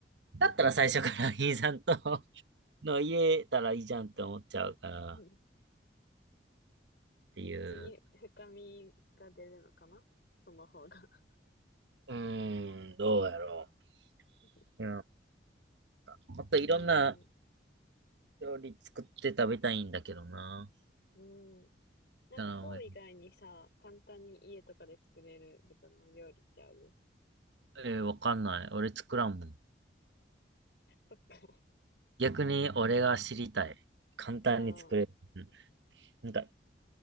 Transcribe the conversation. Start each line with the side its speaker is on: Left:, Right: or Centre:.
Right: だったら最初から <laughs> イーさんと <laughs> の入れたらいいじゃんって思っちゃうからっ
Left: うん
Right: ていう。
Left: 地に深みが出るのかなその方が。
Right: うーん、どうやろ
Left: <laughs>
Right: う。うん、なんかもっといろんな
Left: えー、
Right: 料理作って食べたいんだけどな。
Left: うん。なんかフォー以外にさ、
Right: あの
Left: 簡単に家とかで作れるベトナム料理ってある
Right: えーわかんない。俺作らんもん。
Left: そっか。
Right: 逆に俺が知りたい。簡単に作れる。
Left: ああ、
Right: なんか、